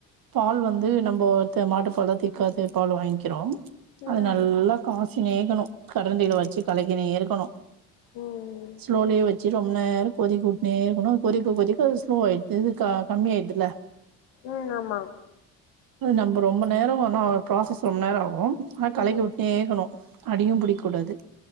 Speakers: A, on the right; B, on the left.
A: பால் வந்து நம்ப த நாட்டுப்பால் திக்காருக்க பால் வாங்கிக்றோ
B: ம்
A: அது நல்லா காய்ச்சினேருக்கணு கரண்டில வச்சு கலக்கினே இருக்கணு
B: ம்
A: ஸ்லோலயே வச்சு ரொம்ப நேரோ கொதிக்கவுட்னே இருக்கணு கொதிக்க கொதிக்க ஸ்லோவாய்ட்டு க கம்மி ஆயிதுல்ல
B: ம் ஆமா
A: அது நம்ம ரொம்ப நேரம் ஆனா அரு ப்ராசஸ் ரொம்ப நேரோ ஆகு ஆனா கலக்கிவுட்னே
B: ம்
A: இருக்கணு அடியும் புடிக்க கூடாது